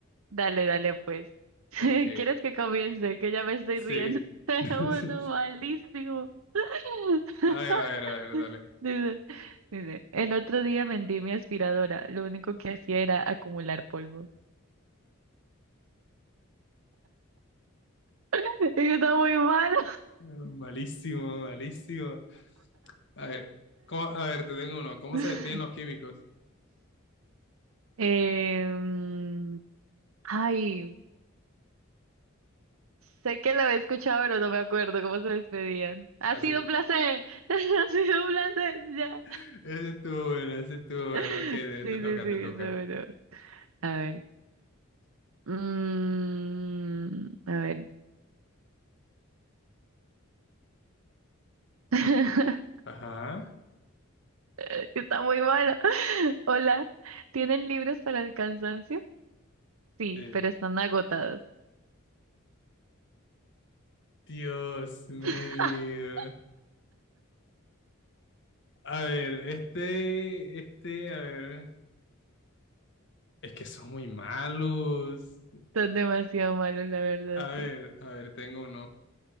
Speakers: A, on the right (about 75°); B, on the left (about 55°).
A: Dale, dale, pues. <laughs>
B: Ok,
A: ¿Quieres que comience? Que ya me estoy
B: sí.
A: riendo. <laughs>
B: <laughs>
A: Uno malísimo. <laughs>
B: A ver, a ver, a ver, dale.
A: Dice, dice, el otro día vendí mi aspiradora. Lo único que hacía era acumular polvo. <laughs> Está muy malo.
B: Mm, Malísimo, malísimo. A ver, ¿cómo- a ver, te tengo uno. ¿Cómo
A: <laughs>
B: se despiden los químicos?
A: Em, ay, sé que lo he escuchado, pero no me acuerdo cómo se despedían. Ha
B: Así-
A: sido un placer. <laughs> Ha sido un placer. Ya.
B: <laughs> Ese estuvo bueno, ese estuvo bueno.
A: <laughs>
B: Ok, te,
A: Sí,
B: te toca,
A: sí, sí,
B: te toca.
A: eso, bueno. A ver. Mm, a ver. <laughs>
B: Ajá.
A: Que Está muy malo. <laughs> Hola, ¿tienen libros para el cansancio? Sí,
B: Eh,
A: pero están agotados.
B: Dios mío.
A: <laughs>
B: A ver, este, este, a ver, es que son muy malos.
A: Están demasiado malos, la verdad,
B: A ver,
A: sí.
B: a ver, tengo uno.